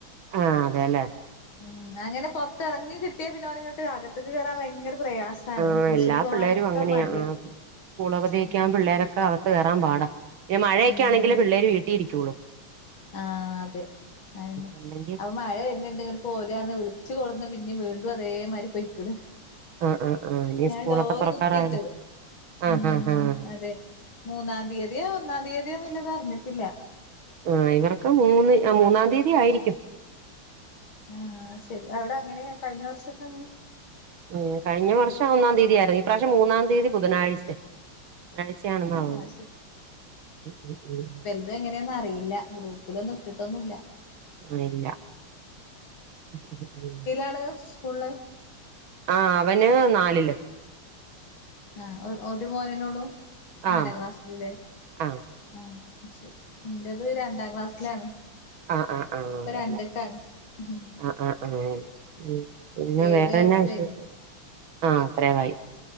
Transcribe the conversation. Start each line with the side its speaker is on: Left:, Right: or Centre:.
Right: ആഹ് അതെലെ
Left: ഉം അങ്ങനെ പൊർത്ത് അറങ്ങി കിട്ടിയാ പിന്നെ ഓന് ഇങ്ങെട്ട് അകത്ത്ക്ക് കേറാം ഭയങ്കര പ്രയാസ ണ്
Right: ആ
Left: ട്യൂഷെന്
Right: എല്ലാ
Left: പോവാനൊക്കെ
Right: പിള്ളേരും അങ്ങനെയാ
Left: മടിയാ
Right: ആ സ്കൂൾ അവധിയൊക്കെ
Left: ഉം
Right: ആകുമ്പം പിള്ളേൊരൊക്കെ അകത്ത് കേറാൻ പാടാ പിന്നെ മഴയൊക്കൊയാണെങ്കിലെ
Left: ഉം
Right: പിള്ളേര് വീട്ടി ഇരിക്കൊള്ളു
Left: ആഹ് അത് അയെന്നെ
Right: അല്ലെങ്കിൽ
Left: അപ്പം മഴ വെര്ൺണ്ട് ഇങ്ങ പോര് പർൺ വിൾച്ച് കൊട്ന്ന് പിന്നെ വീണ്ടും അതേമാതിരി പൊയിക്ക്ണ്
Right: ആഹ് ആഹ് ആഹ് ഇനി
Left: ഞാൻ
Right: സ്കൂളൊക്കെ
Left: ഡോറ്
Right: തുറക്കാറായല്ലോ
Left: കുറ്റി ഇട്ട്
Right: ആഹ്
Left: ഉം
Right: ആഹ് ആഹ്
Left: അതെ മൂന്നാം തീയ്യതിയോ ഒന്നാം തീയ്യതിയോന്ന് ഇല്ലെത് അർഞ്ഞ്ട്ട് ഇല്ല
Right: ആഹ് ഇവെർക്ക് മൂന്ന് ആഹ് മൂന്നാം തീയ്യതി ആയിരിക്കും
Left: ആഹ് ശരി അവ്ടെ അങ്ങനെ? കഴിഞ്ഞ വർഷൊക്കെ അങ്ങനെ?
Right: ഉം കഴിഞ്ഞ വർഷം ഒന്നാം തീയ്യിതി ആയിരുന്നു ഈ പ്രാവ്ശ്യം മൂന്നാം തീയ്യതി ബുധനാഴ്ച്ചെ ബുധനാഴ് ത്യാ ആണെന്നാ
Left: ആഹ്
Right: തോന്നുന്നേ
Left: അത് ശരി
Right: ഉം ഉം ഉം
Left: ഇത് എങ്ങനെയാന്ന് അറിയില്ലാ ഗ്രൂപ്പിലൊന്നും ഇട്ട്ട്ടൊന്നും ഇല്ല
Right: ആഹ് ഇല്ലാ. ഉം ഉം
Left: ആണ് സ് ക്കൂൾ
Right: ആഹ് അവന് നാലിൽ
Left: ആഹ് ഒ ഒരു മോനെന്നെ ഒള്ളു? നാലാം
Right: ആഹ്
Left: ക്ലാസ്സ്ക്ക്ലെ
Right: ആഹ്
Left: ആഹ് ശെരി ഇൻ്റെത് രണ്ടാം ക്ലാസ്സിലാണ്.
Right: ആഹ് ആഹ് ആഹ്
Left: ഇപ്പൊ
Right: അതെലെ
Left: രണ്ട്ക്കാണ് ഉം
Right: ആഹ് ആഹ് ആഹ് ഉം പിന്നെ
Left: ഏഴു
Right: വേറെ
Left: വയസ്സ്
Right: എന്നാ വിശേഷം?
Left: കഴിഞ്ഞു
Right: ആഹ് അത്രേവായി